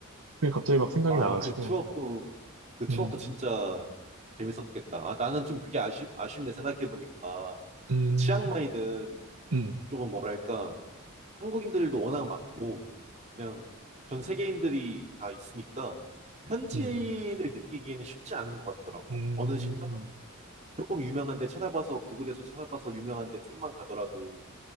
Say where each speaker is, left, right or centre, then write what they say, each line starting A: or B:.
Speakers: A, on the right (about 80°); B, on the right (about 35°).
A: 그게 갑자기 막 생각이
B: 아,
A: 나가지고
B: 그 추억도, 그 추억도
A: 음,
B: 진짜 재밌었겠다. 아, 나는 좀 그게 아쉽, 아쉽네, 생각해보니까.
A: 음,
B: 그 치앙마이는
A: 음,
B: 조금 뭐랄까, 한국인들도 워낙 많고 그냥 전 세계인들이 다 있으니까 현지를
A: 음,
B: 느끼기에는 쉽지 않은 것 같더라고.
A: 음,
B: 어느 식당 조금 유명한 데 찾아봐서 구글에서 찾아봐서 유명한 데 좀만 가더라도